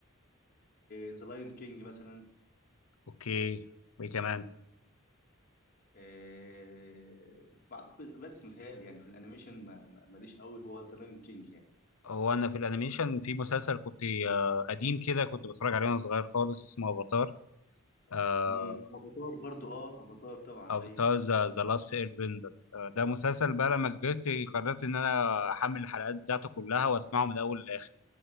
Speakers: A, on the left; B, on the left.
A: ذا لاين كينج مثلا
B: أوكي وإيه كمان؟
A: آه، بعتقد بس متهيألي يعني في الانيميشن ما ما- ماليش قوي هو ذا لايون كينج يعني
B: هو أنا في الأنيميشن في مسلسل كنت آه قديم كده كنت بتفرج عليه وأنا صغير خالص اسمه أفاتار آه
A: امم افاتار برضو اه افاتار طبعا
B: او بتاع
A: ايوه
B: ذا لاست اير بندر ده مسلسل بقى لما كبرت قررت ان انا احمل الحلقات بتاعته كلها واسمعه من الاول للاخر